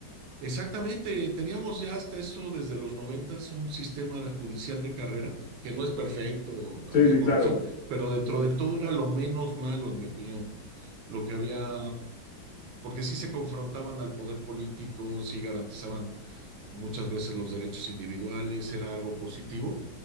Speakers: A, on the right (about 75°); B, on the left (about 85°).
A: Exactamente, teníamos ya hasta eso desde los noventas un sistema de judicial de carrera que no es perfecto,
B: Sí,
A: había
B: sí,
A: corrupción,
B: claro.
A: pero dentro
B: Claro.
A: de todo era lo menos malo, en mi opinión. Lo que había, porque sí se confrontaban al poder político, sí garantizaban muchas veces los derechos individuales, era algo positivo.